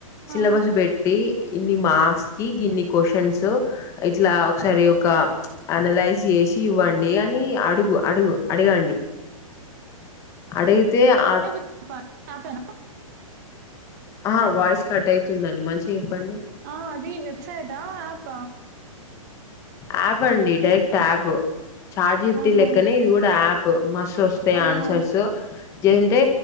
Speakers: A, on the left; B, on the right.
A: సిలబస్
B: ఆ
A: పె డి ఇన్ని మార్క్స్కి గిన్ని క్వశ్చన్సు ఇట్లా ఒకసారి ఒక అనలైజ్ చేసి ఇవ్వండ్ డి అని అడుగు అడుగు అడగండి అడిగితే అ
B: ప యాపేన
A: ఆ వాయిస్ కట్ అయితుందండి మంచిగా చెప్పండి
B: ఆ అది వెబ్సైటా యాప
A: యాప్ అండి డైరెక్ట్ యాప్ చాట్జిపిటి
B: ఆహా
A: లెక్కనే ఇది కూడా యాప్ మస్ స్తాయ్
B: ఆహా
A: ఆన్సర్సు ఏంటే